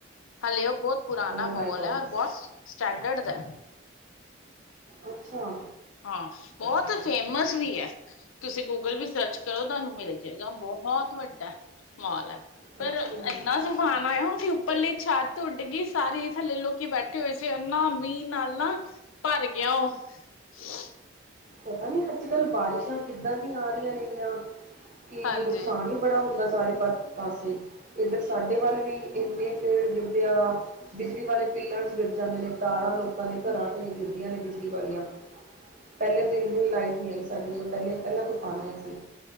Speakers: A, on the left; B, on the right.
A: ਹਾਲੇ ਉਹ ਬਹੁਤ ਪੁਰਾਨਣਾ
B: ਓ
A: ਮਾਲ
B: ਮਾਈ ਗੋਡ
A: ਹੈ ਔਰ ਬਹੁਤ ਸਟੈਂਡਡ ਦਾ
B: ਅੱਛਾ
A: ਹਾਂ ਬਹੁਤ ਫੇਮਸ ਵੀ ਹੈ । ਤੁਸੀਂ ਗੂਗਲ ਵੀ ਸਰਚ ਕਰੋ ਤੁਹਾਨੂੰ ਮਿਲ ਜਾਏਗਾ ਬਹੁਤ ਵੱਡਾ ਮਾਲ ਹੈ। ਪਰ
B: ਅੱਛਾ ਅੱਛਾ
A: ਇੰਨਾ ਤੁਫਾਨ ਆਇਆ ਉੱਪਰ ਲੀ ਛੱਤ ਉੱਡ ਗਈ ਸਾਰੇ ਥੱਲੇ ਲੋਕੀ ਬੈਠੇ ਹੋਏ ਸੀ। ਐਨਾ ਮੀਂਹ ਨਾਲ ਨਾ ਭਰ ਗ <inaudible>
B: ਪਤਾ ਨੀ ਅੱਜ ਕੱਲ੍ਹ ਬਾਰਿਸ਼ਾਂ ਕਿੱਦਾਂ ਦੀ ਆ ਰਹੀਆਂ ਨੇ ਗੀਆਂ ਕਿ
A: ਹਾਂਜੀ।
B: ਨੁਕਸਾਨ ਹੀ ਬੜਾ ਹੁੰਦਾ ਸੀ। ਸਾਰੇ ਪਾ ਪਾਸੇ ਇੱਧਰ ਸਾਡੇ ਵੱਲ ਵੀ ਇੰਨੇ ਪੇੜ ਗਿਰਦੇ ਆ ਬਿਜਲੀ ਵਾਲੇ ਪਿੱਲਰਸ ਗਿਰ ਜਾਂਦੇ ਨੇ ਤਾਰਾਂ ਲੋਕਾਂ ਦੇ ਘਰਾਂ ਤੇ ਗਿਰਦੀਆਂ ਨੇ ਬਿਜਲੀ ਵਾਲੀਆਂ ਪਹਿਲੇ ਤਿੰਨ ਦਿਨ ਲਾਈਟ ਨਹੀਂ ਆਈ ਸਾਡੇ ਜੋਦੋਂ ਪਹਿਲੇ ਪਹਿਲਾਂ ਤੂਫ਼ਾਨ ਆਇਆ ਸੀ।